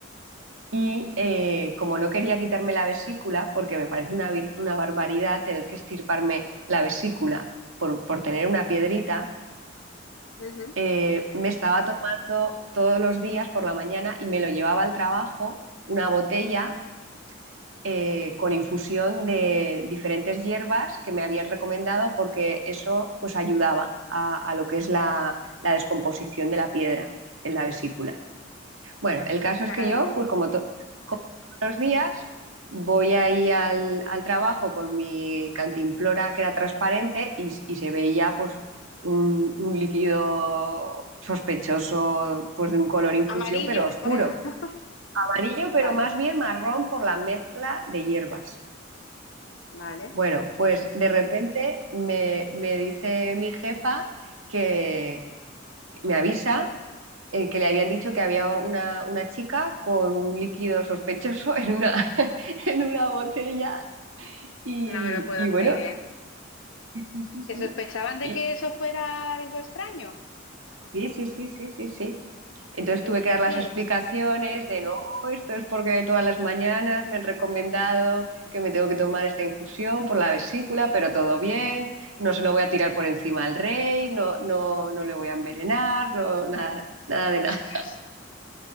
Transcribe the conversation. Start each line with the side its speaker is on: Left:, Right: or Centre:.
Right: y eh, como no quería quitarme la vesícula, porque me parece una, vir- una barbaridad tener que estirparme la vesícula por por tener una piedrita,
Left: Ujú.
Right: eh, me estaba tomando todos los días por la mañana y me lo llevaba al trabajo una botella eh, con infusión de diferentes hierbas que me habían recomendado porque eso pues ayudaba a, a lo que es la, la descomposición de la piedra en la vesícula. Bueno, el caso es
Left: Claro.
Right: que yo, pues como, to- como todos los días, voy ahí al, al trabajo con mi cantimplora que era transparente y, s- y se veía pues un, un líquido sospechoso, pues de un color infusión,
Left: Amarillo.
Right: pero oscuro.
Left: <laughs>
Right: Amarillo, pero
Left: Vale,
Right: más bien marrón por la mezcla de hierbas.
Left: vale.
Right: Bueno, pues de repente me, me dice mi jefa que me avisa eh, que le habían dicho que había una, una chica con un líquido sospechoso en una, <laughs> en una botella. Y,
Left: No me lo puedo
Right: y bueno,
Left: creer.
Right: sí, sí, sí.
Left: ¿Que sospechaban
Right: Y,
Left: de que eso fuera algo extraño?
Right: sí, sí, sí, sí, sí, sí. Entonces
Left: ¿Qué
Right: tuve
Left: dices?
Right: que dar las explicaciones de no, esto es porque todas las mañanas me han recomendado que me tengo que tomar esta infusión por la vesícula, pero todo bien, no se lo voy a tirar por encima al rey, no, no, no le voy a envenenar, no, nada, nada de nada.
Left: Ostras,